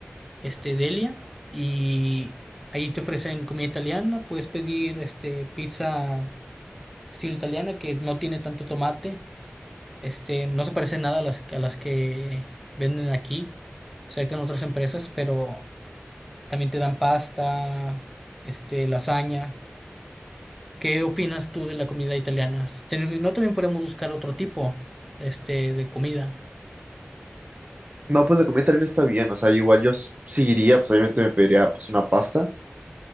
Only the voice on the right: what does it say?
No, pues la comida también está bien, o sea, igual yo s- sí iría, pues obviamente me pediría pues una pasta,